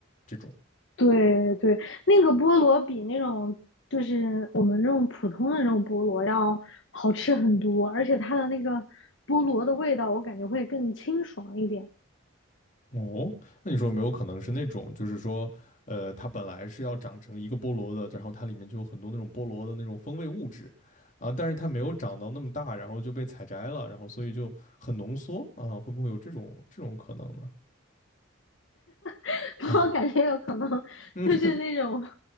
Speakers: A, on the left; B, on the left.
A: 这种。
B: 对对，那个菠萝比那种就是我们这种普通的那种菠萝要好吃很多，而且它的那个菠萝的味道，我感觉会更清爽一点。
A: 哦，那你说有没有可能是那种，就是说，呃，它本来是要长成一个菠萝的，然后它里面就有很多那种菠萝的那种风味物质，啊，但是它没有长到那么大，然后就被采摘了，然后所以就很浓缩啊，会不会有这种这种可能呢？
B: <laughs>
A: <laughs> 啊，
B: 我感觉有可能
A: 嗯，
B: 就是那种